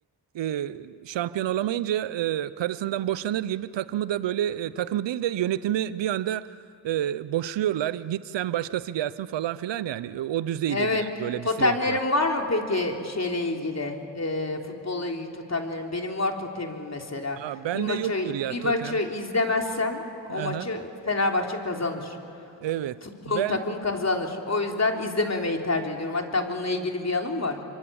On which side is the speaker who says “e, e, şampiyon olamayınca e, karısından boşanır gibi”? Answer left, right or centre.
Right